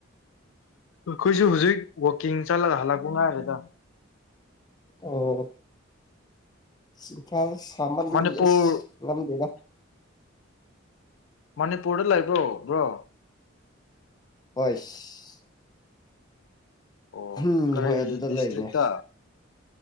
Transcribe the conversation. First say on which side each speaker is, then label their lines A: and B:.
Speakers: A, on the left; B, on the left.
A: ꯑꯈꯣꯏꯁꯨ ꯍꯨꯖꯤꯛ ꯋꯥꯛꯀꯤꯡ ꯆꯠꯂꯒ ꯍꯜꯂꯛꯄ ꯉꯥꯏꯔꯤꯗ
B: ꯑꯣ ꯁꯤꯟꯊꯥ ꯁꯥꯃꯟꯕꯒꯤ
A: ꯃꯅꯤꯄꯨꯔ
B: ꯑꯁ ꯉꯝꯗꯦꯗ
A: ꯃꯅꯤꯄꯨꯔꯗ ꯂꯩꯕ꯭ꯔꯣ ꯕ꯭ꯔꯣ
B: ꯍꯣꯏꯁ
A: ꯑꯣ
B: ꯍꯨꯝ
A: ꯀꯔꯤ
B: ꯍꯣꯏ ꯑꯗꯨꯗ
A: ꯗꯤꯁꯇ꯭ꯔꯤꯛꯇ
B: ꯂꯩꯕꯅꯦ